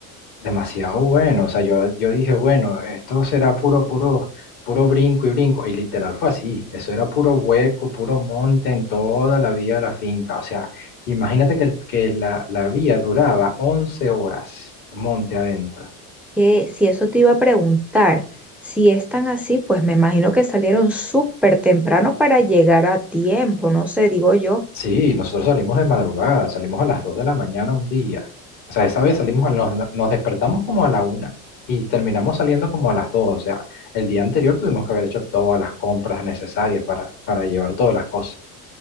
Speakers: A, on the left; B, in the centre.
A: demasiado bueno. O sea, yo, yo dije, bueno, esto será puro, puro, puro brinco y brinco. Y literal fue así. Eso era puro hueco, puro monte en toda la vía de la finca. O sea, imagínate que, el- que la, la vía duraba 11 horas monte adentro.
B: Que si eso te iba a preguntar, si es tan así, pues me imagino que salieron súper temprano para llegar a tiempo, no sé, digo yo.
A: Sí, nosotros salimos de madrugada, salimos a las 2 de la mañana un día. O sea, esa vez salimos, a, nos, nos despertamos como a la una y terminamos saliendo como a las dos O sea, el día anterior tuvimos que haber hecho todas las compras necesarias para, para llevar todas las cosas.